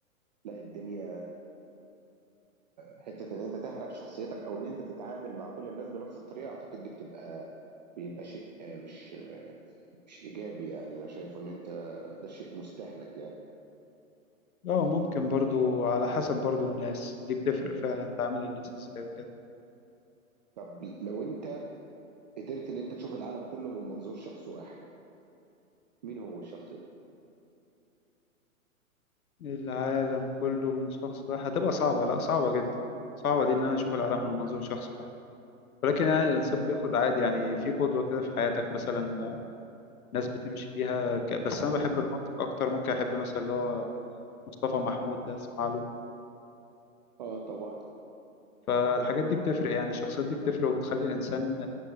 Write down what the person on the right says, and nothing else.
لأ الدنيا حتة إن أنت تحرق شخصيتك أو إن أنت تتعامل مع كل الناس بنَفْس الطريقة، أعتقد دي بتبقى بيبقى شيء آه، مش مش إيجابي يعني، أنا شايفه إن أنت ده شيء مستهلك يعني.
طَب لو أنت قدرت إن أنت تشوف العالم كُلّه من منظور شخص واحد، مين هو الشخص ده؟
ده
إمم.
آه طبعًا،